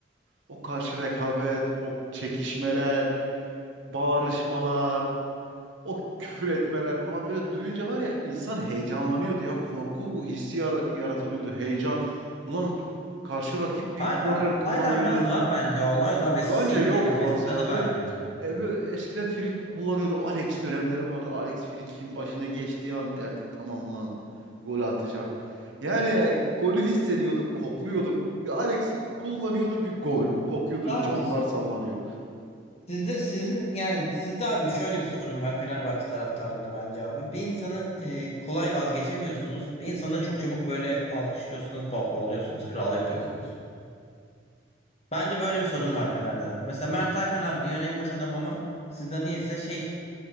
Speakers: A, on the right (about 80°); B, on the left (about 35°).
A: O karşı rekabet, o çekişmeler, bağırışmalar, o küfür etmeler falan böyle duyunca var ya insan heyecanlanıyordu ya. Korku hissi yar- yaratılıyordu, heyecan. Ulan karşı rakip
B: Hala
A: bir korner kullanıyordu.
B: hala biraz var bence o olay da
A: Bence
B: eskisi gibi
A: yok
B: değil
A: fazla
B: ama eski tadı
A: ya. Böyle,
B: vermiyor.
A: e, böyle eskiden Friki kullanıyordu. Alex dönemleri vardı. Alex Friki'nin başına geçtiği an derdik tamam lan gol atacak. Yani e, golü hissediyorduk, kokluyorduk. Bir Alex kullanıyordu bir gol. Bakıyordun
B: Abi
A: camlar
B: si-
A: sallanıyor.
B: sizde sizin yani sizde abi şöyle bir sorun var Fenerbahçe taraftarında bence abi. Bir insanı e, kolay vazgeçemiyorsunuz. Bir insanı da çok çabuk böyle alkışlıyorsunuz, pohpohluyorsunuz, kral yapıyorsunuz. Bence böyle bir sorun var Fener'de. Mesela Mert Hakan abi dünyanın en boş adam ama sizde niyeyse şey